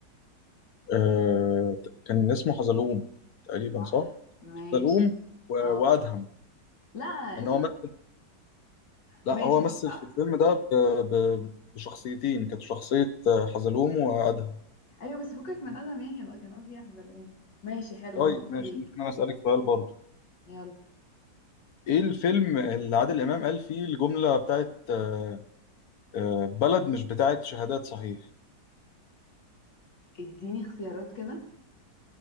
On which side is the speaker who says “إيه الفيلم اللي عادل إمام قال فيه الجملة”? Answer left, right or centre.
Left